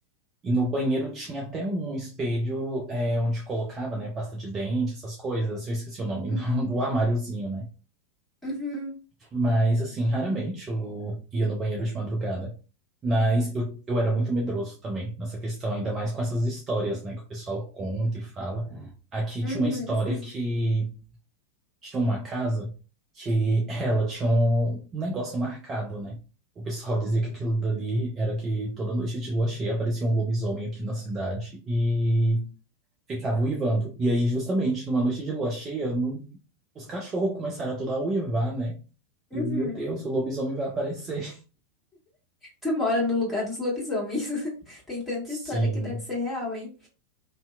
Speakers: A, on the right; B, in the centre.
A: E no banheiro tinha até um espelho é, onde colocava, né, pasta de dente, essas coisas. Eu esqueci o nome,
B: Uhum.
A: <laughs> do armáriozinho, né?
B: Uhum.
A: Mas, assim, raramente eu ia no banheiro de madrugada. Mas eu, eu era muito medroso também nessa questão, ainda mais com essas histórias, né, que o pessoal conta e fala. Aqui
B: Uhum.
A: tinha uma história que tinha uma casa que ela tinha um um negócio marcado, né? O pessoal dizia que aquilo dali era que toda noite de lua cheia aparecia um lobisomem aqui na cidade e ficava uivando. E aí, justamente, numa noite de lua cheia, no- os cachorros começaram a toda a uivar, né?
B: Uhum.
A: E eu, meu Deus, o lobisomem vai aparecer.
B: Tu mora no lugar dos lobisomens. <laughs> Tem tanta
A: Sim,
B: história que deve ser real, hein?